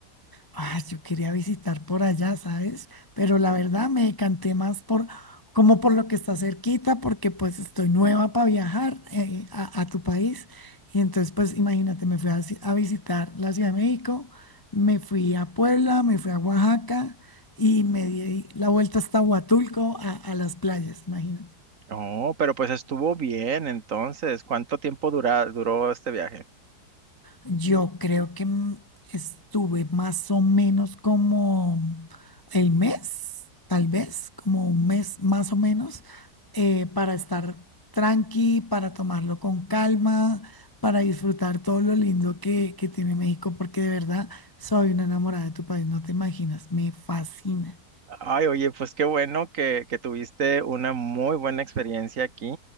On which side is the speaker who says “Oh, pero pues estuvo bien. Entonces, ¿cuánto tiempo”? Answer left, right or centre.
Right